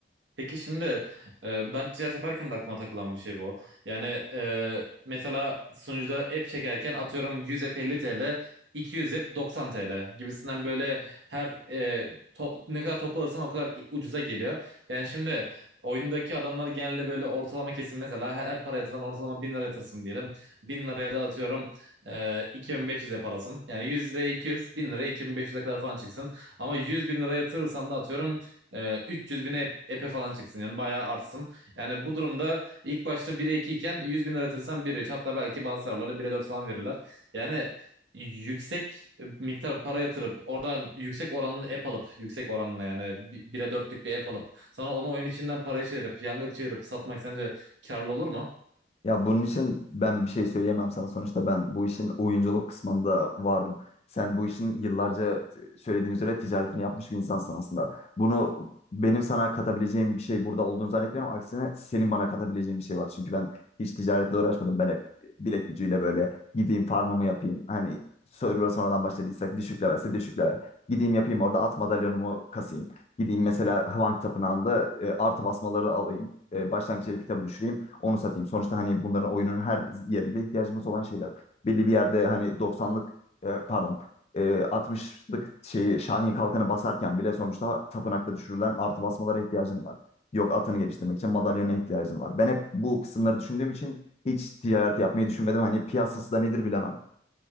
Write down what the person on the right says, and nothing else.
Peki şimdi e, ben ticaret yaparken de aklıma takılan bir şey bu. Yani e, mesela sunucuda app çekerken atıyorum 100 app 50 200 app 90 TL gibisinden böyle her e, to- ne kadar toplarsan o kadar i- ucuza geliyor. Yani şimdi oyundaki adamlar genelde böyle ortalama kesin mesela her, her para yatıran ortalama 1000 lira yatırsın diyelim. bin liraya da atıyorum e, 2500 app alasın. Yani 100 liraya 200, 1000 liraya 2500'e kadar falan çıksın. Ama 100 bin lira yatırırsan da atıyorum ee, 300 bine ep- epe falan çıksın yani bayağı artsın. Yani bu durumda ilk başta 1'e 2 iken 100 bin yaratırsan 1'e 3 hatta belki bazı serverlara 1'e 4 falan verirler. Yani yüksek e, miktar para yatırıp oradan yüksek oranlı app alıp yüksek oranla yani 1'e dörtlük bir app alıp sana onu oyun içinden paraya çevirip yanga çevirip satmak sence karlı olur mu?